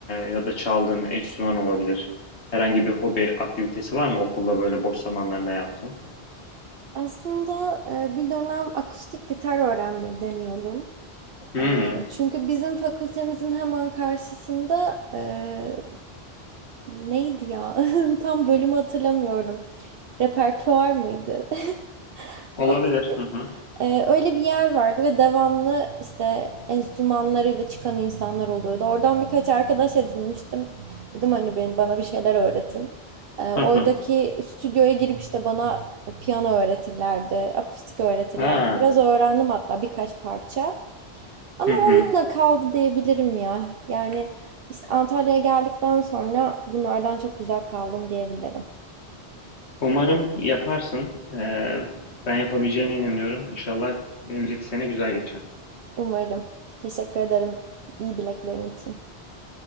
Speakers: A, on the left (about 80°); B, on the right (about 65°).
A: ya da çaldığın enstrüman olabilir. Herhangi bir hobi aktivitesi var mı okulda böyle boş zamanlarında yaptığın?
B: Aslında e, bir dönem akustik gitar öğrenmeyi deniyordum.
A: Hmm,
B: E, Çünkü bizim fakültemizin hemen karşısında e, neydi ya? <laughs> Tam bölümü hatırlamıyorum. Repertuar mıydı? <laughs>
A: olabilir.
B: O-
A: Hı hı.
B: Ee, öyle bir yer vardı ve devamlı işte enstrümanlarıyla çıkan insanlar oluyordu. Oradan birkaç arkadaş edinmiştim. Dedim hani ben, bana bir şeyler öğretin. Ee,
A: Hı
B: oradaki
A: hı.
B: stüdyoya girip işte bana piyano öğretirlerdi, akustik öğretirlerdi.
A: Ha.
B: Biraz öğrendim hatta birkaç parça. Ama
A: Hı hı.
B: onunla kaldı diyebilirim ya. Yani işte Antalya'ya geldikten sonra bunlardan çok uzak kaldım diyebilirim.
A: Umarım yaparsın. Ee, ben yapabileceğine inanıyorum. İnşallah önümüzdeki sene güzel geçer.
B: Umarım. Teşekkür ederim iyi dileklerin için.